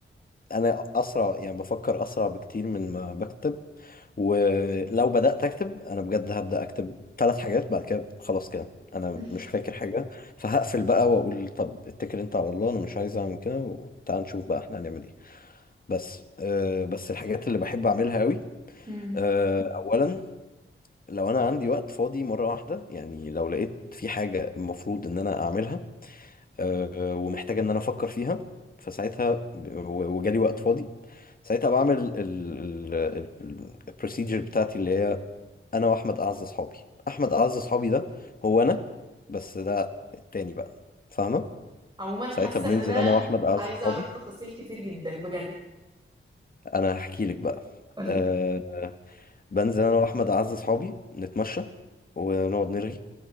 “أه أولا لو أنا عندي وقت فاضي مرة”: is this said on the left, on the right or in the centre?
Left